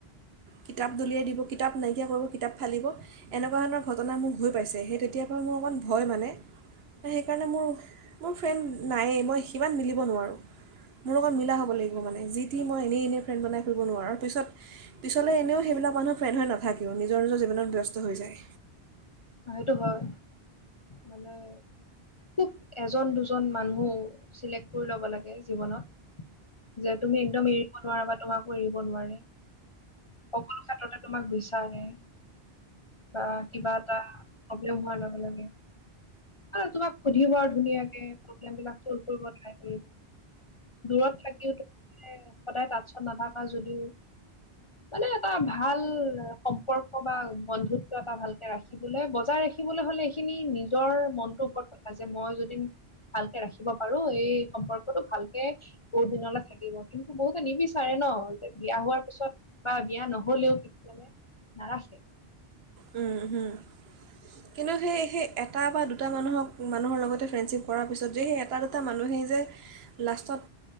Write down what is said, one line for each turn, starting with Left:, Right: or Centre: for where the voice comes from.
Right: কিতাপ দলিয়াই দিব, কিতাপ নাইক কিয় কৰোঁ কিতাপ ফালিব এনেকুৱা ধৰণৰ ঘটনা মোৰ হৈ পাইছে সেই তেতিয়াৰ পৰা মোৰ অকণ ভয় মানে। সেইকাৰণে মোৰ মোৰ ফ্ৰেণ্ড নায়েই মই সিমান মিলিব নোৱাৰোঁ। মোৰ লগত মিলা হ'ব লাগিব মানে যিটি মই এনেই এনেই ফ্ৰেণ্ড বনাই ফুৰি নোৱাৰোঁ পিছত পিছলৈ এনেও। এইবিলাক মানুহৰ ফ্ৰেণ্ড হৈ নাথাকিও নিজৰ নিজৰ জীৱনত ব্যস্ত হৈ যায়।
Left: সেইটো হয় মানে। খুব এজন দুজন মানুহ চিলেক্ট কৰি ল'ব লাগে জীৱনত। যে তুমি একদম এৰিব নোৱাৰা বা তোমাকো এৰিব নোৱাৰে সকলো ক্ষেত্ৰতে তোমাক বিচাৰে বা কিবা এটা প্ৰব্লেম হোৱাৰ লগে লগে আৰু তোমাক সুধিব আৰু ধুনীয়াকে প্ৰব্লেম বিলাক চল্ভ কৰিব ট্ৰাই কৰি দূৰত থাকিও সদায় তাঁতচত নাথাকা যদিও মানে এটা ভাল সম্পৰ্ক বা বন্ধুত্ব এটা ভালকে ৰাখি ৰাখিবলৈ বজাই ৰাখিবলৈ হলে এইখিনি নিজৰ মনটোৰ ওপৰত কথা যে মই যদি ভালকে ৰাখিব পাৰো এই সম্পৰ্কটো ভালকে বহুত দিনলৈ থাকিব কিন্তু বহুতে নিবিচাৰে ন ন যে বিয়া হোৱাৰ পিছত বা বিয়া নহলেও কিছু মানে নাৰাখে
Right: উওম উওম কিন্তু সেই সেই এটা বা দুটা মানুহক মানুহৰ লগতে ফ্ৰেণ্ডশ্বিপ কৰাৰ পিছত যে সেই এটা দুটা মানুহে হেই যে লাষ্টত